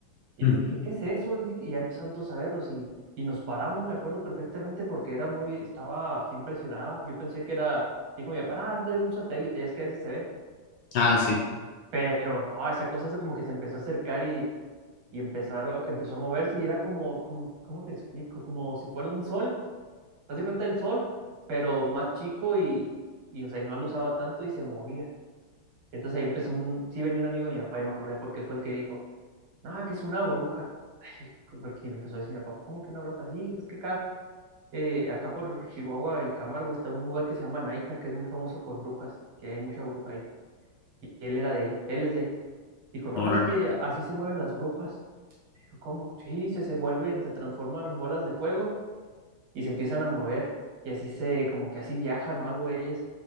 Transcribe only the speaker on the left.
ujú,
Ah, sí.
Órale.